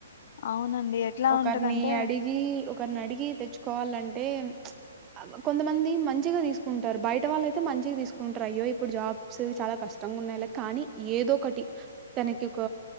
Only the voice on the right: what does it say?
ఒకరిని
అడిగి ఒకరిని అడిగి తెచ్చుకోవాలంటే అంటే కొంతమంది మంచిగా తీసుకుంటారు బయట వాళ్ళు అయితే మంచిగా తీసుకుంటారు అయ్యో ఇప్పుడు జాబ్ చాలా కష్టంగా ఉన్నాయిలా కానీ ఏదో ఒకటి తనకి ఒక